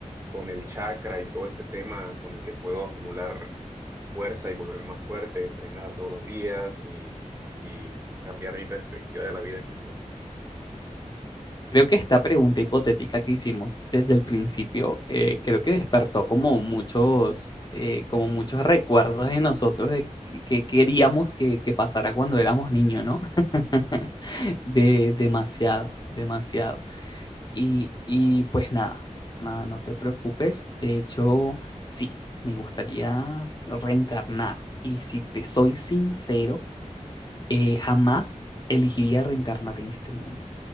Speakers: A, on the right; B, on the left.
A: con el chakra y todo este tema con el que puedo acumular fuerza y volverme más fuerte, entrenar todos los días y, y cambiar mi perspectiva de la vida quizás.
B: Creo que esta pregunta hipotética que hicimos desde el principio, eh, creo que despertó como muchos, eh, como muchos recuerdos de nosotros de que, que queríamos que, que pasara cuando éramos niños, ¿no? <laughs> De, demasiado, demasiado. Y, y pues nada, nada, no te preocupes. De hecho, sí, me gustaría reencarnar. Y si te soy sincero, eh, jamás elegiría reencarnar en este mundo.